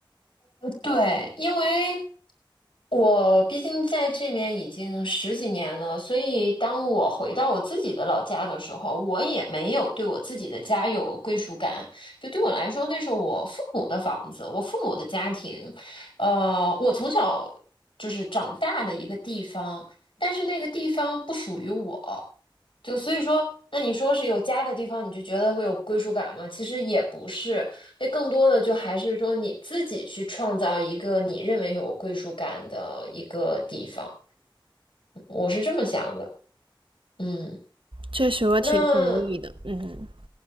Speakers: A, on the left; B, on the right.
A: 对，因为我毕竟在这边已经十几年了，所以当我回到我自己的老家的时候，我也没有对我自己的家有归属感。就对我来说，那是我父母的房子，我父母的家庭，呃，我从小就是长大的一个地方，但是那个地方不属于我，就所以说，那你说是有家的地方，你就觉得会有归属感吗？其实也不是，那更多的就还是说你自己去创造一个你认为有归属感的一个地方。我是这么想的，嗯，
B: 确实，我挺同意的。
A: 那
B: 嗯。